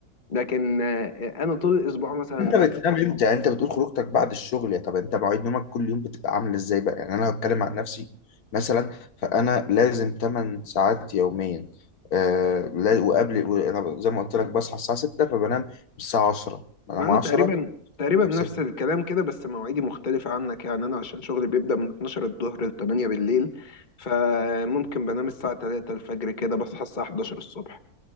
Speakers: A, on the left (about 35°); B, on the left (about 80°).
A: لكن آه، انا طول الاسبوع مثلا
B: أنت بتنام إمتى؟ أنت بتقول خروجتك بعد الشغل يا طب أنت مواعيد نومك كل يوم بتبقى عاملة إزاي بقى؟ يعني أنا هتكلم عن نفسي مثلا فأنا لازم 8 ساعات يوميا آه، لا- وقبل أنا زي ما قلت لك بصحى الساعة 6 فبنام الساعة 10 بنام
A: ما انا
B: 10
A: تقريبا تقريبا
B: طب
A: نفس
B: 6
A: الكلام كده بس مواعيدي مختلفة عنك يعني انا عشان شغلي بيبدأ من 12 الظهر ل 8 بالليل فممكن بنام الساعة 3 الفجر كده بصحى الساعة 11 الصبح